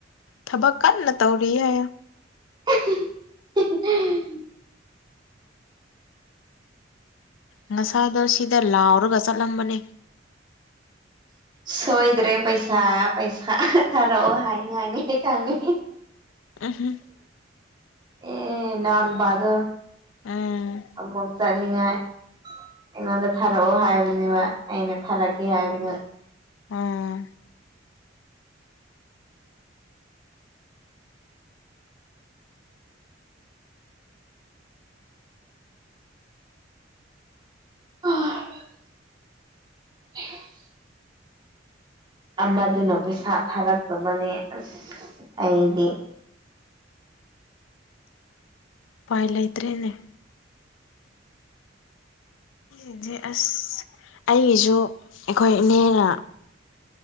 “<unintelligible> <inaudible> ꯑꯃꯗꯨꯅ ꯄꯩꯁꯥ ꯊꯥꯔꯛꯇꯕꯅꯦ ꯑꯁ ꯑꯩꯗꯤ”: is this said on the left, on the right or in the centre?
Right